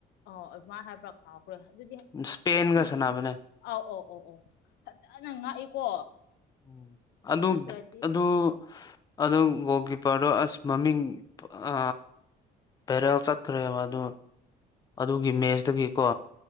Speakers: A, on the left; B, on the left.
A: ꯑꯣ ꯑꯗꯨꯃꯥꯏꯅ ꯍꯥꯏꯕ꯭ꯔꯥ ꯀꯥꯎꯈ꯭ꯔꯦ ꯑꯗꯨꯗꯤ
B: ꯏꯁꯄꯦꯟꯒ
A: ꯐꯖꯅ
B: ꯁꯥꯟꯅꯕꯅꯦ
A: ꯑꯧ ꯑꯧ ꯑꯧ ꯑꯧ ꯐꯖꯅ ꯉꯥꯛꯏꯀꯣ
B: ꯎꯝ ꯑꯗꯨ
A: ꯅꯠꯇ꯭ꯔꯗꯤ
B: ꯑꯗꯨ ꯑꯗꯨ ꯒꯣꯜ ꯀꯤꯞꯄꯔꯗꯣ ꯑꯁ ꯃꯃꯤꯡ ꯑ ꯄꯦꯔꯦꯜ ꯆꯠꯈ꯭ꯔꯦꯕ ꯑꯗꯨ ꯑꯗꯨꯒꯤ ꯃꯦꯁꯇꯨꯒꯤ ꯀꯣ